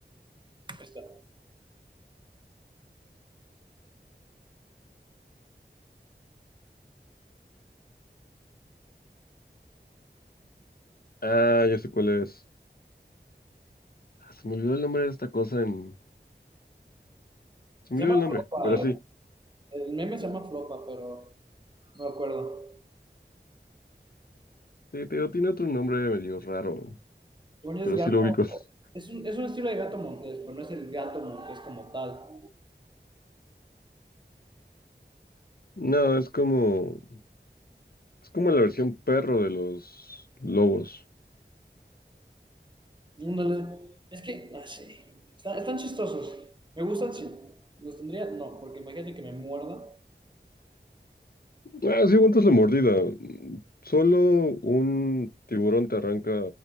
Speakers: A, on the right; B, on the left.
A: Ahí está.
B: Ah, ya sé cuál es. Ah, Se me olvidó el nombre de esta cosa en... Se
A: Se
B: me olvidó
A: llama
B: el nombre,
A: flopa.
B: pero sí.
A: El, el meme se llama flopa, pero no me acuerdo.
B: Sí, te digo, tiene otro nombre medio raro,
A: es
B: pero
A: gato.
B: sí lo ubico. <laughs>
A: Es un, es un estilo de gato montés, pero no es el gato montés como tal.
B: No, es como... Es como la versión perro de los lobos.
A: No Es que, no sé. Están, están chistosos. Me gustan, sí. ¿Los tendría? No, porque imagínate que me muerda.
B: Ah, sí, aguantas la mordida. Mm, Solo un tiburón te arranca